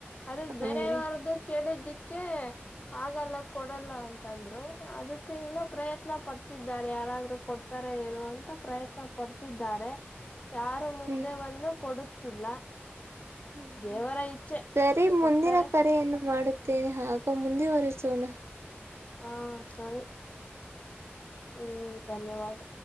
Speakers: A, on the left; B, on the right.
A: ಅದದ ಬೇರ
B: ಹ್ಮ್
A: ಯಾರ್ದು ಕೇಳಿದ್ದಿಕ್ಕೆ ಆಗಲ್ಲ ಕೊಡಲ್ಲ ಅಂತ ಅಂದ್ರು ಅದಕ್ಕೆ ಇನ್ನ ಪ್ರಯತ್ನ ಪಡ್ತಿದ್ದಾರೆ ಯಾರಾದ್ರು ಕೊಡ್ತಾರ ಏನೋ ಅಂತ ಪ್ರಯತ್ನ ಪ ಕೊಡ್ತಿದ್ದಾರೆ ಯಾರು ಮುಂದೆ
B: ಹ್ಮ್
A: ಬಂದು ಕೊಡುತ್ತಿಲ್ಲ
B: ಹ್ಮ್
A: ದೇವರ ಇಚ್ಛೆ
B: ಸರಿ ಮುಂದಿನ
A: ಕೊಟ್ಟರೆ
B: ಕರೆಯನ್ನು ಮಾಡ ತ್ತೇನೆ ಹಾಗಮುಂದೆ ವರಿಸೋಣ
A: ಹಾ ಸರಿ ಹ್ಮ್ ಧನ್ಯವಾದ